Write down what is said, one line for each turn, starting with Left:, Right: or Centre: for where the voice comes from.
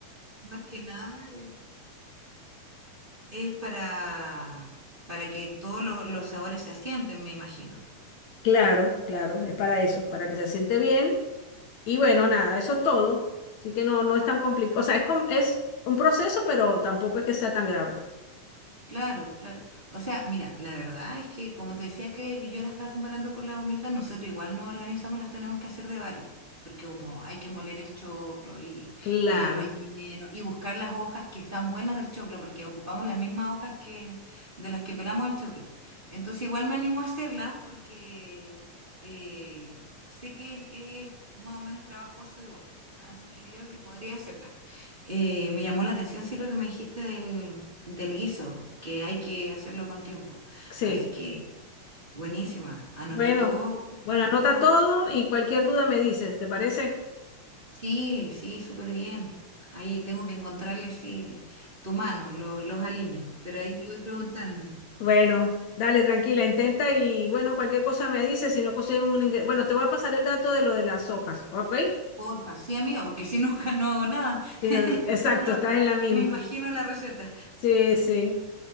Right: más que nada es, es para, para que todos los, los sabores se asienten, me imagino.
Left: Claro, claro, es para eso, para que se siente bien. Y bueno, nada, eso es todo. Así que no, no es tan complicado. O sea, es, com- es un proceso, pero tampoco es que sea tan grave.
Right: Claro, claro. O sea, mira, la verdad es que como te decía que, que yo la estaba comparando con la humita, nosotros igual nos organizamos y las tenemos que hacer de varios, porque como hay que moler el choclo y,
Left: Claro,
Right: y el relleno y buscar las hojas que están buenas del choclo, porque ocupamos las mismas hojas que de las que pelamos el choclo. Entonces igual me animo a hacerlas porque eh, sé que es, es más o menos trabajoso igual, así que creo que podría hacerlas. Eh, me llamó la atención, sí, lo que me dijiste del, del guiso, que hay que hacerlo con tiempo.
Left: sí.
Right: Así que, buenísima. Anoté
Left: Bueno,
Right: todos
Left: bueno,
Right: los,
Left: anota
Right: los-
Left: todo y cualquier duda me dices, ¿te parece?
Right: Sí, sí, súper bien. Ahí tengo que encontrarle, sí, tu mano, los, los aliños. Pero ahí te voy preguntando.
Left: Bueno, dale, tranquila, intenta y bueno, cualquier cosa me dices, si no consigues un ingreso. Bueno, te voy a pasar el dato de lo de las hojas, ¿ok?
Right: Porfa, sí, amiga, porque si no, <laughs> no hago nada.
Left: Sí, no,
Right: <laughs>
Left: Exacto,
Right: Solo
Left: estás en la misma.
Right: me imagino la receta.
Left: Sí, sí.